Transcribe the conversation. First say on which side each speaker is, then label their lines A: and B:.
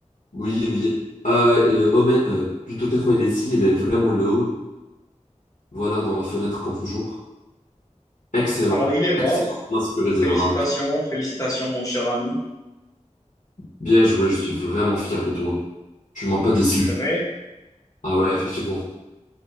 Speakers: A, on the left (about 80°); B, on the left (about 25°).
A: oui, oui. Euh, euh, Omen, euh, plutôt Terro, elle est ici, elle est vraiment low. Voilà, dans la fenêtre, comme toujours. Excellent,
B: Alors il est mort.
A: excellent. On a sécurisé
B: Félicitations,
A: le round.
B: félicitations, mon cher ami.
A: Bien joué, je suis vraiment fier de toi. Tu m'as pas déçu.
B: C'est vrai?
A: Ah ouais, effectivement.